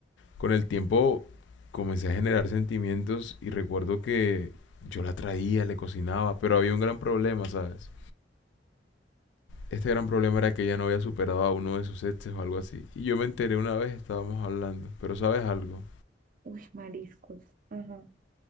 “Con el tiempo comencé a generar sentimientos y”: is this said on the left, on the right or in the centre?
Left